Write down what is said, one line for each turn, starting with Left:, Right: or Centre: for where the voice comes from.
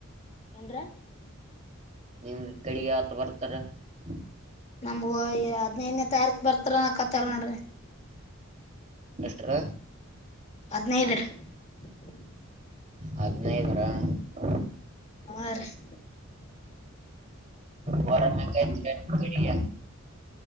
Left: ಏನ್ರಿ? <unintelligible>
Right: ಈ ಕಡೆ ಯಾಕ್ ಬರ್ತಾರೆ? <unintelligible>
Left: ನಮ್ಗೂ ಹದ್ನೈದನೇ ತಾರೀಕ ಬರ್ತಾರ ಕತಾರ ನೋಡ್ರಿ. <unintelligible>
Right: ಎಸ್ಟುರಿ? <inaudible>
Left: ಹದಿನೈದು, ರಿ. <unintelligible>
Right: ಹದಿನೈದು, ರಾ. <inaudible>
Left: ಆ, ರಿ. <inaudible>
Right: ಬರಂಗೈತಿ ಬಡಿಯಾ? <unintelligible>